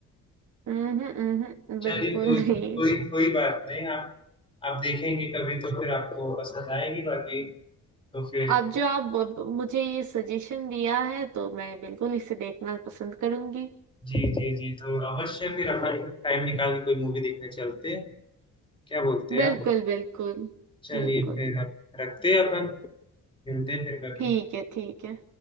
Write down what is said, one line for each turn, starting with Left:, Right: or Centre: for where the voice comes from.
Right: हम्म, हम्म,
Left: चलिए
Right: बिल्कुल
Left: कोई
Right: नहीं
Left: कोई कोई बात नहीं आप आप देखेंगे कभी तो फिर आपको पसंद आएगी बाकी तो फिर
Right: अब जो आप ब- मुझे ये सजेशन दिया है तो मैं बिल्कुल इसे देखना पसंद करूंगी
Left: जी जी जी तो अवश्य फिर अपन टाइम निकाल के कोई मूवी देखने चलते हैं क्या बोलते
Right: बिल्कुल
Left: हैं आप
Right: बिल्कुल
Left: चलिए
Right: बिल्कुल
Left: फिर आप रखते हैं अपन मिलते हैं फिर कभी
Right: ठीक है ठीक है